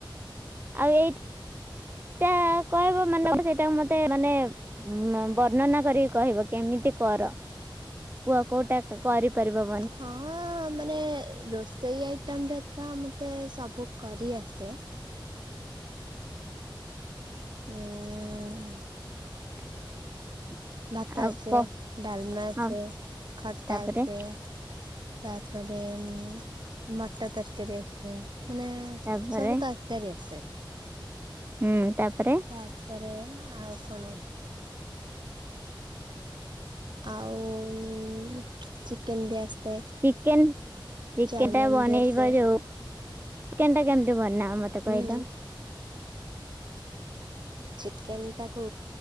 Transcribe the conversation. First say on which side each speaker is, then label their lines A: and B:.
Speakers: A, on the right (about 25°); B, on the right (about 60°).
A: ଆଉ ଏଇ-ଟା କହିବ ମାନେ <inaudible> ସେଇଟା ମତେ ମାନେ ଉମ ବର୍ଣ୍ଣନା କରିକି କହିବ କେମିତି କର କୁହ କୋଉଟା କା କରିପାରିବା?
B: ହଁ ମାନେ ରୋଷ୍ ସେଇ ଆଇଟମରେ ତ ମତେ ସବୁ କରି ଆସେ। ମୁଁ ଉଁ
A: <inaudible>
B: ଭାତ
A: ଆଉ
B: ଆସେ,
A: କ
B: ଡାଲମା ଆସେ,
A: ହଁ
B: ଖଟା
A: ତାପରେ
B: ଆସେ। ତାପରେ ଉଁ ମଟର ତରକାରୀ ଆସେ ମାନେ
A: ତାପରେ
B: ସବୁ ତରକାରୀ ଆସେ।
A: ହୁଁ ତାପରେ?
B: ତାପରେ ଆଉ ନା ଆଉ କଣ ଆଉ ଚିକେନ ବି ଆସେ।
A: ଚିକେନ ଚିକେନଟା
B: ଚାଉମିନ
A: ବନେଇବା
B: ବି ଆସେ
A: ଯୋଉ ଚିକେନଟା କେମିତି ବନାଅ ମତେ
B: ହୁଁ
A: କହିଲ।
B: ଚିକେନଟାକୁ